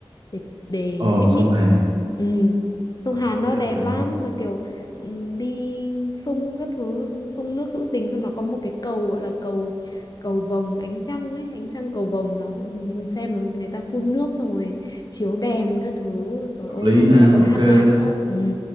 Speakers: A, on the left; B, on the right.
A: để để
B: ồ
A: picnic
B: sông Hàn
A: ừ. sông
B: hợp
A: Hàn
B: lý
A: nó
B: hợp
A: đẹp
B: lý
A: lắm mà kiểu ừm, đi sông các thứ sông nước hữu tình xong nó có một cái cầu gọi là cầu cầu vồng ánh trăng ấy ánh trăng cầu vồng đó nhìn xem nó người ta phun nước xong rồi chiếu đèn các thứ rồi
B: hợp
A: ôi
B: lý
A: xong
B: ha
A: người ta còn
B: ok
A: hát nhạc
B: đó
A: nữa ừ.